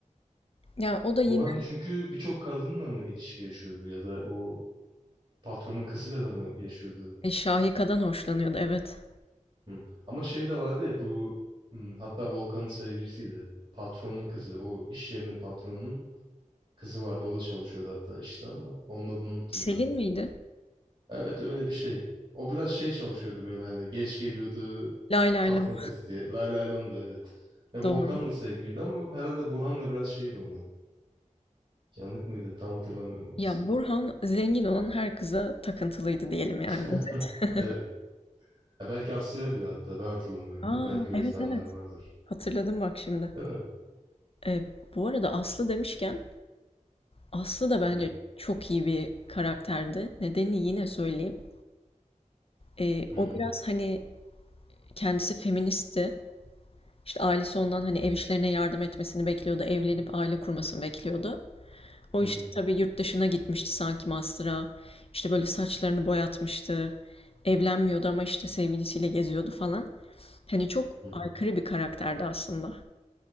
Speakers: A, on the left; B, on the right.
A: Ya o da yine
B: Burhan çünkü birçok kadınla mı ilişki yaşıyordu ya da o patronun kızıyla da mı yaşıyordu?
A: e, Şahika'dan hoşlanıyordu, evet.
B: Hı. Ama şey de vardı ya bu hmm, hatta Volkan'ın sevgilisiydi. Patronun kızı. O iş yerinin patronunun kızı vardı. O da çalışıyordu hatta işte ama onun adını unuttum
A: Selin
B: ben.
A: miydi?
B: Evet öyle bir şey. O biraz şey çalışıyordu böyle hani geç geliyordu
A: Lay lay
B: patron
A: lom.
B: kızı diye. Lay lay lon da evet. Ve
A: Doğru.
B: Volkan'la sevgiliydi ama herhalde Burhan'la biraz şeydi ona. Yanık mıydı? Tam hatırlamıyorum o
A: Ya
B: kısmı.
A: Burhan zengin olan her kıza takıntılıydı diyelim yani.
B: <laughs>
A: Evet.
B: Evet. Ya belki Aslı'ya bile hatta ben hatırlamıyorumdur.
A: <laughs> Aa
B: Belki öyle
A: evet
B: sahneler
A: evet.
B: vardır.
A: Hatırladım bak şimdi.
B: Değil mi?
A: E, bu arada Aslı demişken, Aslı da bence
B: Hı.
A: çok iyi bir karakterdi. Nedenini yine söyleyeyim. E,
B: Hı
A: o
B: hı.
A: biraz hani kendisi feministti. İşte ailesi ondan hani ev işlerine yardım etmesini bekliyordu. Evlenip aile kurmasını bekliyordu. O
B: Hı
A: işte
B: hı.
A: tabii yurt dışına gitmişti sanki master'a. İşte böyle saçlarını boyatmıştı. Evlenmiyordu ama işte sevgilisiyle geziyordu falan. Hani çok
B: Hı
A: aykırı bir karakterdi aslında.